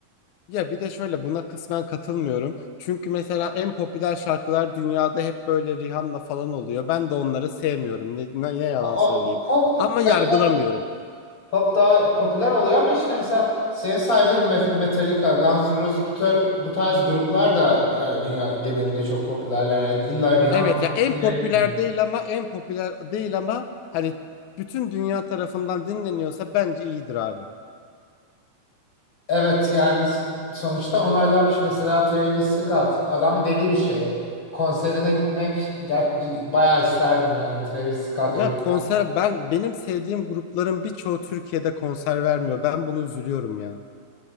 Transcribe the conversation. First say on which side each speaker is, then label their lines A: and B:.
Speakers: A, on the left; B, on the left.
A: Ya bir de şöyle buna kısmen katılmıyorum. Çünkü mesela en popüler şarkılar dünyada hep böyle Rihanna falan oluyor. Ben de onları sevmiyorum. Ne, ne yalan
B: O,
A: söyleyeyim.
B: pop
A: Ama yargılamıyorum.
B: e, tabii pop daha popüler oluyor ama işte mesela senin saydığın Me- Metallica, Guns N' Roses bu, tür, bu tarz gruplar da e, dünya genelinde çok popülerler. Yani illa Rihanna
A: Evet
B: olması
A: ya en
B: gerekmiyor.
A: popüler değil ama en popüler değil ama hani bütün dünya tarafından dinleniyorsa bence iyidir abi.
B: Evet yani s- sonuçta onaylanmış mesela Travis Scott. Adam deli bir şey. Konserine gitmek ger- bayağı isterdim yani Travis Scott
A: Ya
B: emin.
A: konser ben benim sevdiğim grupların birçoğu Türkiye'de konser vermiyor. Ben bunu üzülüyorum ya.